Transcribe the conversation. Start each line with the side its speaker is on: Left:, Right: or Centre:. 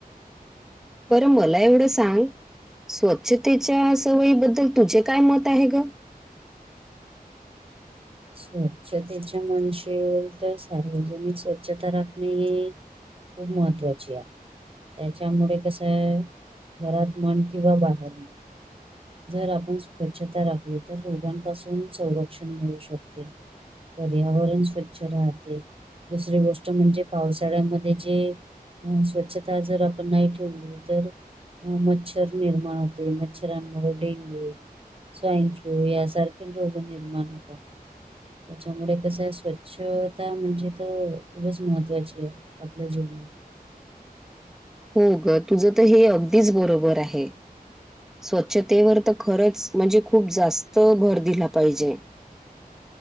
Centre: बर मला एवढं सांग. स्वच्छतेच्या सवयीबद्दल तुझे काय मत आहे ग?
Right: स्वच्छतेच्या म्हणशिल तर, सार्वजनिक स्वच्छता राखणे. हे खूप महत्वाचीया. त्याच्यामुळे कसंय, घरात म्हण किंवा बाहेर म्हण, जर आपण स्वच्छता राखली तर, रोगांपासून संरक्षण मिळू शकते. पर्यावरण स्वच्छ राहते. दुसरी गोष्ट म्हणजे पावसाळ्यामध्ये जे स्वच्छता जर आपण नाही ठेवली तर मग मच्छर निर्माण होते. मच्छरांन डेंग्यू, स्वाईन फ्लू. यासारखे रोग निर्माण होतात. त्याच्यामुळे कसंय स्वच्छता म्हणजे ते खूपच महत्वाचीय. आपल्या जीवनात.
Centre: हो ग तुझं त हे अगदीच बरोबर आहे. स्वच्छतेवर तर खरंच, म्हणजे खूप जास्त भर दिला पाहिजे.